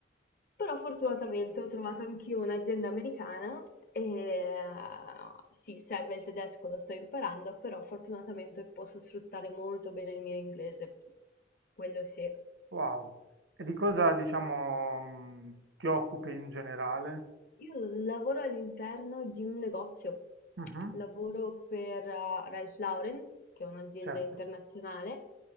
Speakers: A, on the left (about 50°); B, on the right (about 85°).
A: Però fortunatamente ho trovato anch'io un'azienda americana e eh, sì, serve il tedesco, lo sto imparando, però fortunatamente posso sfruttare molto bene il mio inglese, quello sì.
B: Wow. E di cosa, diciamo, mh, ti occupi in generale?
A: Io lavoro all'interno di un negozio,
B: Mhm,
A: lavoro per eh, Ralph Lauren, che è un'azienda
B: Certo,
A: internazionale,